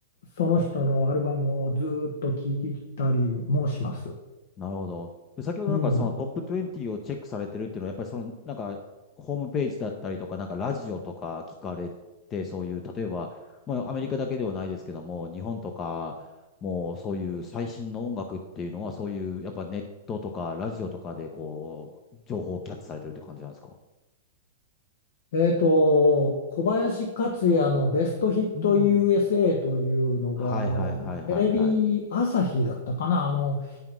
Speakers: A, on the left (about 70°); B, on the left (about 20°).
A: その人のアルバムをずっと聴いたりもします。
B: なるほど。で、先ほどなんかそのトップ20をチェックされてるっていうのは、
A: うん。
B: やっぱりそのなんかホームページだったりとか、なんかラジオとか聞かれて、そういう、例えば、まあアメリカだけではないですけども、日本とか、もうそういう最新の音楽っていうのは、そういう、やっぱネットとかラジオとかでこう、情報をキャッチされてるって感じなんですか
A: えーと、小林克也のベストヒット
B: うん。
A: USA というのが、
B: はいはいはいはいはい。
A: あの、テレビ朝日だったかな、あの、